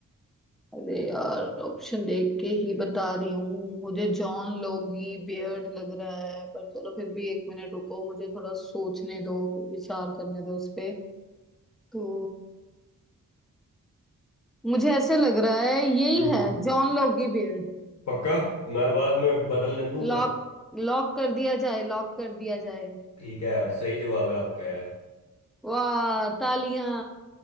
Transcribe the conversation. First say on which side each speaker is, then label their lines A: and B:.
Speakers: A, in the centre; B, on the left.
A: अरे यार ऑप्शन देख के ही बता रही हूँ मुझे जॉन लोगी बियर्ड लग रहा है पर चलो फिर भी एक मिनट रुको मुझे थोड़ा सोचने दो विचार करने दो इस पे तो मुझे ऐसे लग रहा है यही
B: हम्म
A: है John Logie Baird
B: पक्का मैं बाद में बदलने दूंगा
A: Lock lock कर दिया जाए लॉक कर दिया जाए
B: ठीक है यार सही जवाब है आपका यार
A: वाह तालियां